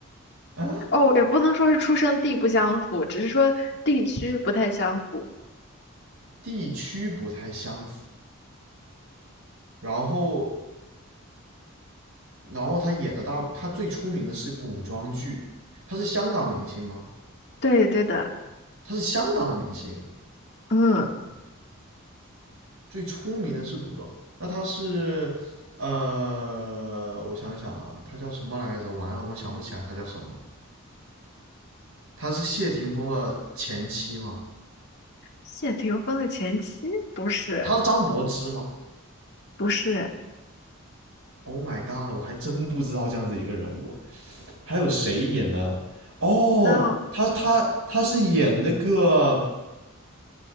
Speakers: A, on the right; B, on the left.
A: 啊，
B: 哦，也不能说是出生地不相符，只是说地区不太相符。
A: 地区不太相符。然后，然后他演的大，他最出名的是古装剧。他是香港明星吗？
B: 对对的，
A: 他是香港的明星，
B: 嗯，
A: 最出名的是古装。那他是，呃，我想想啊，他叫什么来着？完了，我想不起来他叫什么了。他是谢霆锋的前妻吗？
B: 谢霆锋的前妻不是
A: 他是张柏芝吗？
B: 不是，
A: Oh my god！我还真不知道这样子一个人物，还有谁演的？哦，
B: 那
A: 他他他是演那个